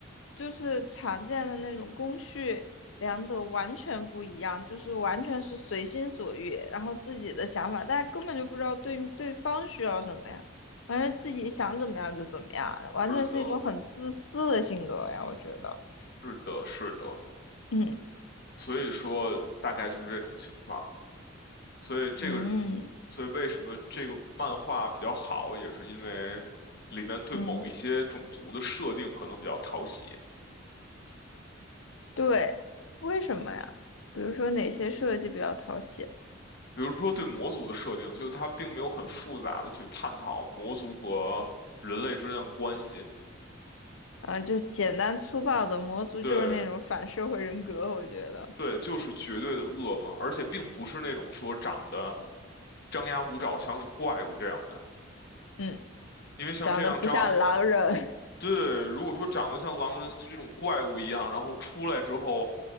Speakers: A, on the left; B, on the left.
A: 就是常见的那种公序良德完全不一样，就是完全是随心所欲，然后自己的想法，大家根本就不知道对对方需要什么呀，完全自己想怎么样就怎么样，完全是一种很自私的性格呀，
B: 是的，
A: 我觉得，
B: 是的，是的。
A: 嗯
B: 所以说，大概就是这种情况。所以这个，
A: 嗯
B: 所以为什么这个漫画比较好，也是因为里边对某一些种族的设定可能比较讨喜。
A: 嗯。对，为什么呀？比如说哪些设计比较讨喜？
B: 比如说对魔族的设定，就是它并没有很复杂的去探讨魔族和人类之间的关系。
A: 啊，就简单粗暴的魔族就是那种反社会人格，
B: 对，
A: 我觉得，
B: 对，就是绝对的恶嘛，而且并不是那种说长得张牙舞爪像是怪物这样的，
A: 嗯，
B: 因为像这样张牙，
A: 长得不像狼人，
B: 对，如果说长得像狼人就这种怪物一样，然后出来之后